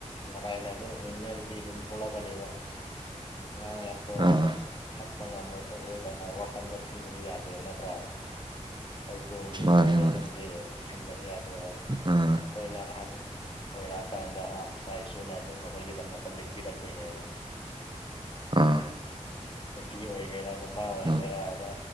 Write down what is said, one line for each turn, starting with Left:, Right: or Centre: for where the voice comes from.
Left: ꯃꯔꯥꯏꯅ ꯑꯗꯨꯝ ꯍꯤꯡꯅꯗꯤ ꯑꯗꯨꯝ ꯊꯣꯛꯂꯛꯀꯅꯦꯕ ꯑꯁ ꯉꯥꯡ ꯌꯥꯝ ꯄꯣꯛꯑꯒ
Right: ꯑꯥ
Left: ꯑꯁ ꯊꯥꯛꯄ ꯉꯝꯃꯣꯏ ꯄꯣꯠ ꯂꯣꯏ ꯀꯅ ꯋꯥꯈꯟꯗꯣꯛꯁꯤꯟꯕꯗꯤ ꯌꯥꯗꯦꯕ ꯅꯠꯇ꯭ꯔꯣ ꯍꯣꯏ ꯇꯣꯛꯒꯦꯁꯨ
Right: ꯃꯥꯅꯤ
Left: ꯖꯦꯅꯦꯔꯦꯁꯟꯒꯤ
Right: ꯃꯥꯅꯤ
Left: ꯈꯟꯗꯕ ꯌꯥꯗꯦꯕ
Right: ꯑꯥ
Left: ꯑꯩꯈꯣꯏꯁꯨ ꯑꯍꯜꯅꯤ ꯑꯣꯏꯔꯛꯑ ꯀꯥꯟꯗ ꯏꯆꯥ ꯏꯁꯨꯨꯅ ꯑꯗꯨꯝ ꯑꯩꯈꯣꯏꯒꯤꯗ ꯃꯛꯇ ꯂꯦꯞꯄꯤꯔꯛꯇꯣꯏꯅꯦꯕ
Right: ꯑꯥ
Left: ꯅꯨꯄꯤ ꯑꯣꯏꯒꯦꯔ ꯅꯨꯄꯥ ꯑꯣꯏꯒꯦꯔ
Right: ꯑꯥ
Left: ꯑꯃ